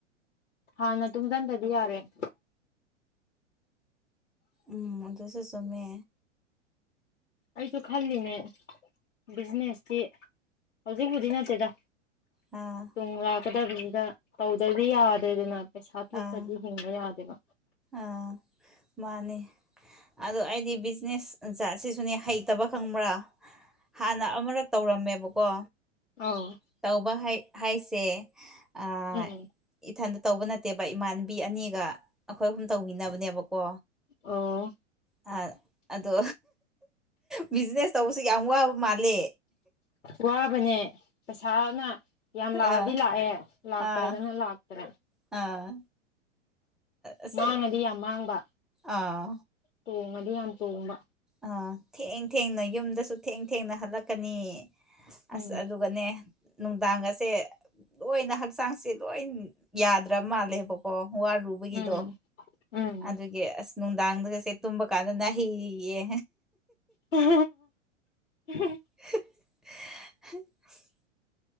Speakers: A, on the left; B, in the centre.
A: ꯍꯥꯟꯅ ꯇꯨꯡꯁꯤꯟꯗꯗꯤ ꯌꯥꯔꯣꯏꯅꯦ
B: ꯎꯝ ꯑꯗꯨꯁꯨ ꯆꯨꯝꯃꯦ
A: ꯑꯩꯁꯨ ꯈꯜꯂꯤꯅꯦ ꯕꯤꯖꯤꯅꯦꯁꯇꯤ ꯍꯧꯖꯤꯛ ꯍꯧꯖꯤꯛ ꯅꯠꯇꯦꯗ
B: ꯑꯥ
A: ꯇꯨꯡ ꯂꯥꯛꯀꯗꯕꯁꯤꯗ ꯇꯧꯗ꯭ꯔꯗꯤ ꯌꯥꯗ꯭ꯔꯦꯗꯅ ꯄꯩꯁꯥ ꯊꯣꯛꯇ꯭ꯔꯗꯤ
B: ꯑꯥ
A: ꯍꯤꯡꯕ ꯌꯥꯗꯦꯕ
B: ꯑꯥ ꯃꯥꯅꯦ ꯑꯗꯣ ꯑꯩꯗꯤ ꯕꯤꯖꯤꯅꯦꯁ ꯁꯤꯁꯨꯅꯦ ꯍꯩꯇꯕ ꯈꯪꯕ꯭ꯔꯥ ꯍꯥꯟꯅ ꯑꯃꯔꯛ ꯇꯧꯔꯝꯃꯦꯕꯀꯣ
A: ꯑꯥꯎ
B: ꯇꯧꯕ ꯍꯥꯏꯁꯦ ꯑ
A: ꯎꯝ
B: ꯏꯊꯟꯇ ꯇꯧꯕ ꯅꯠꯇꯦꯕ ꯏꯃꯥꯟꯅꯕꯤ ꯑꯅꯤꯒ ꯑꯩꯈꯣꯏ ꯑꯍꯨꯝ ꯇꯧꯃꯤꯟꯅꯕꯅꯦꯕꯀꯣ
A: ꯑꯣ
B: ꯑ ꯑꯗꯣ ꯕꯤꯖꯤꯅꯦꯁ ꯇꯧꯕꯁꯨ ꯌꯥꯝ ꯋꯥꯕ ꯃꯥꯜꯂꯦ
A: ꯋꯥꯕꯅꯦ ꯄꯩꯁꯥꯅ ꯌꯥꯝ ꯂꯥꯛꯑꯗꯤ
B: ꯑꯥ
A: ꯂꯥꯛꯑꯦ ꯂꯥꯛꯇ꯭ꯔꯒꯅ
B: ꯑꯥ
A: ꯂꯥꯛꯇ꯭ꯔꯦ
B: ꯑꯥ ꯑꯁ
A: ꯃꯥꯡꯉꯗꯤ ꯌꯥꯝ ꯃꯥꯡꯕ
B: ꯑꯥ
A: ꯇꯣꯡꯉꯗꯤ ꯌꯥꯝ ꯇꯣꯡꯕ
B: ꯑꯥ ꯊꯦꯡ ꯊꯦꯡꯅ ꯌꯨꯝꯗꯁꯨ ꯊꯦꯡ ꯊꯦꯡꯅ ꯍꯜꯂꯛꯀꯅꯤ ꯑꯁ
A: ꯎꯝ
B: ꯑꯗꯨꯒꯅꯦ ꯅꯨꯡꯗꯥꯡꯒꯁꯦ ꯂꯣꯏꯅ ꯍꯛꯆꯥꯡꯁꯦ ꯂꯣꯏ ꯌꯥꯗ꯭ꯔ ꯃꯥꯜꯂꯦꯕꯀꯣ ꯋꯥꯔꯨ ꯕꯒꯤꯗꯣ
A: ꯎꯝ ꯎꯝ
B: ꯑꯗꯨꯒꯤ ꯑꯁ ꯅꯨꯡꯗꯥꯡꯗꯒꯁꯦ ꯇꯨꯝꯕ ꯀꯥꯟꯗ ꯅꯥꯍꯦꯌꯦ
A: ꯍꯦ ꯍꯦ ꯍꯦ
B: <unintelligible>